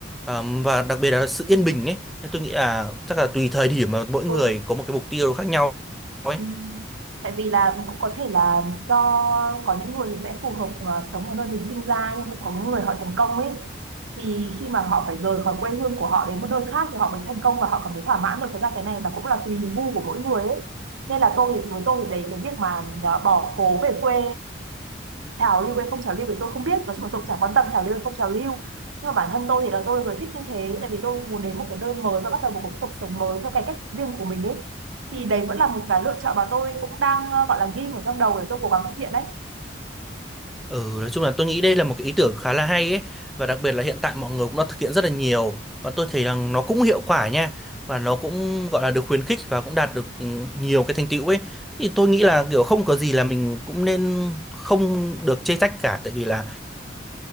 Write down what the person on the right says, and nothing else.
ừ.
Ừ. tại vì là cũng có thể là do có những người thì sẽ phù hợp mà sống ở nơi mình sinh ra nhưng cũng có những người họ thành công ấy thì khi mà họ phải rời khỏi quê hương của họ đến một nơi khác thì họ mới thành công và họ cảm thấy thỏa mãn được thật ra cái này là cũng là tùy gu của mỗi người ấy nên là tôi thì với tôi thì đấy cái việc mà à, bỏ phố về quê trào lưu hay không trào lưu thì tôi không biết nói chung là tôi cũng chẳng quan tâm trào lưu hay không trào lưu nhưng mà bản thân tôi thì là tôi là người thích như thế tại vì tôi muốn đến một cái nơi mới và bắt đầu một cuộc cuộc sống mới theo cái cách riêng của mình ấy thì đấy vẫn là một cái lựa chọn mà tôi cũng đang ờ, gọi là ghim ở trong đầu để tôi cố gắng thực hiện đấy